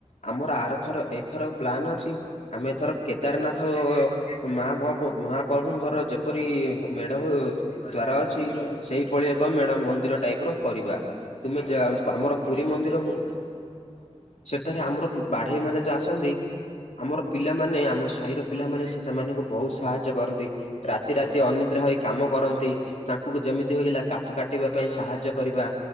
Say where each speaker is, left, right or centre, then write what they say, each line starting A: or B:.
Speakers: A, on the left (about 75°); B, on the left (about 50°).
A: ଆମର ଆରଥର ଏଇଥର ପ୍ଲାନ୍ ଅଛି ଆମେଏଥର କେଦାରନାଥ ମହାପବ ମହାପ୍ରଭୁଙ୍କର ଯେପରି ମେଢ ହୁ ଦ୍ଵାର ଅଛି
B: ମନ୍ଦିର
A: ସେଇ ଭଳି ଏକ ମେଢ଼ ମନ୍ଦିର ଟାଇପ ର କରିବା। ତୁମେ। <unintelligible> ତ
B: ବହୁତ
A: ଆମର
B: ବଢ଼ିଆ
A: ପୁରୀ ମନ୍ଦିର
B: ଭାଇ
A: ହଁ ସେଠାରେ ଆମର ବାଢେଇ ମାନେ ଯୋଉ ଆସନ୍ତି ଆମର ପିଲାମାନେ ଆମ ସାହିର ପିଲାମାନେ ସେମାନଙ୍କୁ ବହୁତ ସାହାଯ୍ୟ କରନ୍ତି। ରାତି ରାତି ଅନିଦ୍ରା ହୋଇ କାମ କରନ୍ତି। ତାଙ୍କୁ ଯେମିତି ହେଇଗଲା କାଠ କାଟିବା ପାଇଁ ସାହା ର୍ଯ୍ୟ କରିବା